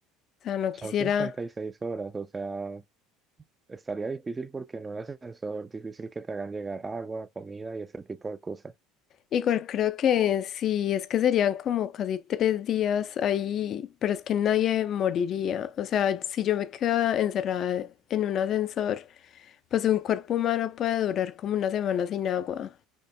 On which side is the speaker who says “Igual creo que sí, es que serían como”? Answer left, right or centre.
Left